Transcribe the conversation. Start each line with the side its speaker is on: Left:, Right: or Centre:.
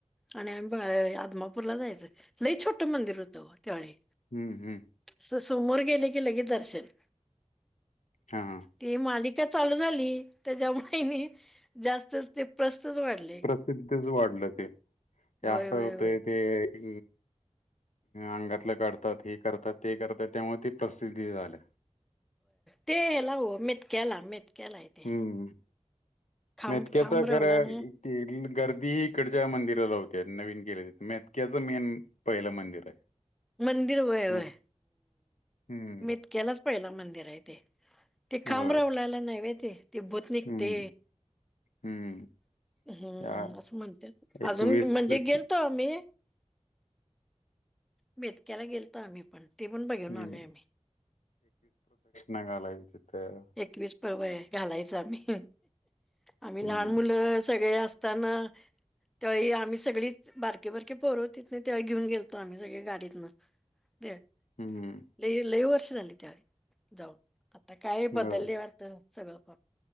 Centre: आणि आम्ही बा आदमापूरला जायच. लई छोट मंदिर होत हो त्यावेळी.
Left: हम्म हम्म
Centre: अस समोर गेल की लगे दर्शन.
Left: हा
Centre: ती मालिका चालू झाली त्याच्यामुळे हेनी जास्तच ते प्रस्तच वाढल.
Left: प्रसिद्धच वाढल ते. ते
Centre: होय
Left: अस
Centre: होय
Left: होतय
Centre: होय
Left: ते अ अंगातल काढतात. हे करतात. ते करतात. त्यामुळे ते प्रसिद्धी झाल.
Centre: ते हेला ओ मेतक्याला मेत क्याला हाय ते.
Left: हम्म.
Centre: खांब
Left: मेतक्याचा
Centre: खांब रोवला
Left: खरं
Centre: ना
Left: ते गर्दी इकडच्या मंदिराला होते नवीन केलेल्या. मेतक्याच मेन पहिल मंदिर आहे.
Centre: मंदिर होय होय,
Left: मेत हम्म
Centre: मेतक्यालाच पहिला मंदिर आहे ते. ते खांब
Left: होय.
Centre: रवलेला नाही व्हय ते. ते भूत निघते.
Left: हम्म हम्म.
Centre: हम्म
Left: त्या
Centre: अस म्हणत्यात.
Left: एकवीस
Centre: अजून म्हणजे
Left: ते
Centre: गेलतो आम्ही मेतक्याला गेलतो आम्ही पण. ते पण बघून
Left: हम्म
Centre: आलोय आम्ही.
Left: सांगालाईस तिथ.
Centre: इथलीच पवई घालायचो आम्ही. आम्ही
Left: हम्म
Centre: लहान मुल अ सगळे असताना त्या वेळी आम्ही सगळीच बारकीे बारकीे पोर होतीत ना, त्यावेळी घेऊन गेलतो आम्ही सगळे गाडीतन. लय
Left: हम्म
Centre: लय वर्ष झालीत तेला जाऊन. आता काय काय बदलले
Left: हो.
Centre: वाटत सगळ प